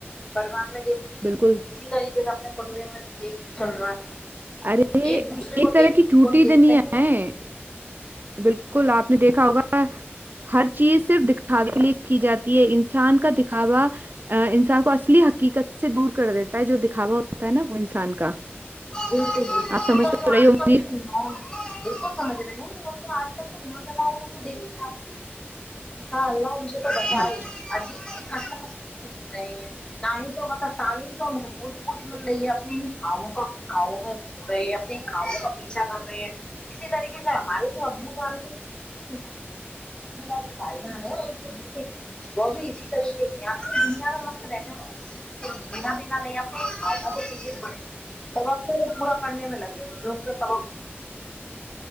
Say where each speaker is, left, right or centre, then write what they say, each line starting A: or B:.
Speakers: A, on the left; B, on the right.
A: پار میں اسی
B: بالکل
A: طری اپنے پنوی میں بھی یہی چل رہا ہے
B: ارے
A: ایک دوسرے کو
B: طرح
A: دیکھ
B: کی جھوٹی
A: کوئی دیکھتا
B: دنیا
A: ہی نہیں
B: ہے بالکل آپ نے دیکھا ہوگا ہر چیز صرف دکھاوے کے لیے کی جاتی ہے انسان کا دکھاوا انسان کو حقیقت سے دور کر دیتا ہے جو دکھا ہوتا ہے نہ وہی سان کا
A: وہ آج
B: آپ سمجھ تو رہی ہوں
A: کل
B: گی
A: کے نوجوان بلکل سمجھ رہی ہوں وہ جو آج کل تھ نوجوان کو دیکھتے ہیں انشاءاللہ تو بچائی
B: ہاں
A: اور جی سے کس کس جل رہے ہیں نہ ہی تو مطلب تعلیم تو ان کو پوری پوری مل رہی ہے اپنے ہی گھؤوں کا گھؤوں میں دھو رہے ہیں اپنے کھاؤوں کا پیچھا کر رہے ہیں اسی طریقے سے ہمارے جو ابو توان کے جو بی ہیں گ کے بائی جان ہیں اور ان کے بیٹے ہیں وہ بھی اسی طریقے سے آپوری دنیا میں مست رہتے ہیں کو لینا دینا نہیں اپنےھوں کو چیزیں پڑے ہیں توب پورا کرنے میں لگے ہوئے جو ان کے سب